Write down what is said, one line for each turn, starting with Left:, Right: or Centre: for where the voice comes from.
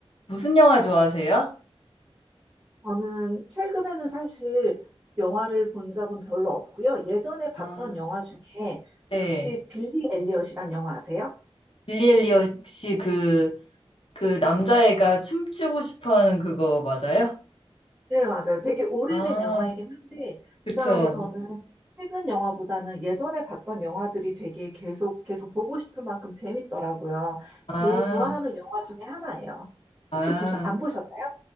Left: 무슨 영화 좋아하세요?
Right: 저는 최근에는 사실 영화를 본 적은 별로 없고요. 예전에 봤던
Left: 아,
Right: 영화 중에
Left: 네.
Right: 혹시 빌리 엘리엇이란 영화 아세요?
Left: 빌리 엘리엇 씨그, 그그 남자애가 춤추고 싶어 하는 그거 맞아요?
Right: 네, 맞아요. 되게 오래된
Left: 아,
Right: 영화이긴 한데
Left: 그쵸.
Right: 이상하게 저는 최근 영화보다는 예전에 봤던 영화들이 되게 계속 계속 보고 싶을 만큼 재밌더라고요.
Left: 아,
Right: 제일 좋아하는 영화 중에 하나예요.
Left: 아.
Right: 혹시 보셨 안 보셨나요?